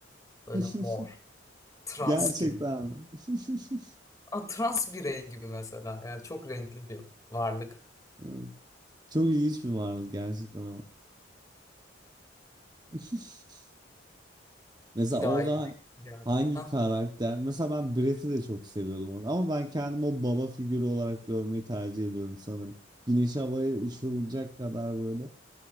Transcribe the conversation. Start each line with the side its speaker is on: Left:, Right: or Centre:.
Left: böyle
Right: <laughs>
Left: mor. trans
Right: Gerçekten.
Left: gibi.
Right: <laughs>
Left: A, trans birey gibi mesela. Yani çok renkli bir varlık.
Right: Evet. Çok ilginç bir varlık gerçekten ama. <laughs> Mesela
Left: Bir daha
Right: orada
Left: iyi bir şey geldi.
Right: hangi
Left: Hah,
Right: karakter? Mesela ben Brett'i de çok seviyordum orada. Ama ben kendimi o baba figürü olarak görmeyi tercih ediyorum sanırım. Güneş havaya uçurulacak kadar böyle.